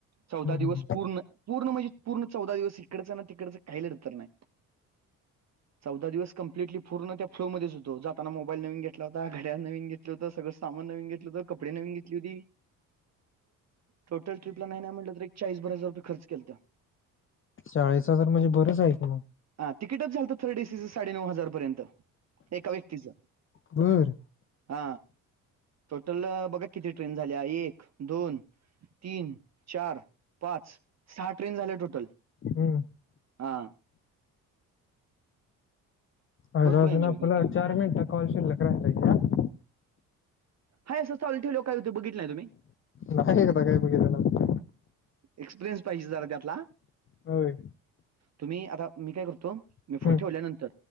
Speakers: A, on the right; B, on the left.
A: चौदा दिवस
B: हम्म
A: पूर्ण, पूर्ण म्हणजे पूर्ण चौदा दिवस इकडचं ना तिकडचं काही लडतर नाही. चौदा दिवस कंप्लीट पूणू त्या फ्लोध्येच होत जाता मोबाईल नवीन घ घेतला होता. घड्या नवीन घेतल्या होत सगळं सामान नवीन घेतलं हों कपडे नवीन घेतली होती. टोटल ट्रिपला नाही नाही म्हटलं तर एक चाळीस. हजार रुये खर्च केलंत.
B: चाळीस हजार म्हणजे बरेच आहेत‌.
A: हा तिकीटच झालंत थर्ड एसीचं साडे नऊ हजार पर्यंत एका व्यक्तीच.
B: बर.
A: हा टोटल बघा किती ट्रेन झाल्या. एक, दोन, तीन चार, पाच, सहा ट्रेन झाल्या टोटल.
B: हम्म
A: हा
B: अर
A: भरपूर
B: अजून
A: एन्जॉय
B: आपला
A: केलता.
B: चार मिनिट कॉल शिलक राहिलाय की आ.
A: हाय असं चालु ठेवल्या वर काय होतय बघितलं नाही तुम्ही?
B: नाही. एकदा काय बघितलं.
A: एक्सपिरियन्स पाहिजे जरा त्यातला.
B: होय.
A: तुम्ही आता मी काय करतो,
B: हम्म
A: मी फोन ठेवल्यानंतर